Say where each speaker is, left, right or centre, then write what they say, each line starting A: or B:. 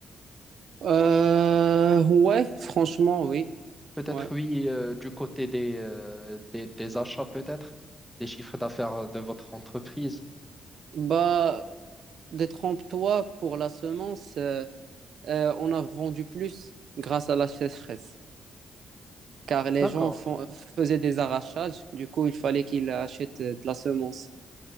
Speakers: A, on the right; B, in the centre.
A: Euh, ouais, franchement, oui.
B: Peut-être
A: Ouais.
B: oui, euh, du côté des, euh, des, des achats, peut-être, des chiffres d'affaires de votre entreprise.
A: Bah, détrompe-toi pour la semence. euh, euh, on a vendu plus grâce à la sécheresse. car les
B: D'accord.
A: gens font- faisaient des arrachages, du coup, il fallait qu'ils achètent euh, de la semence.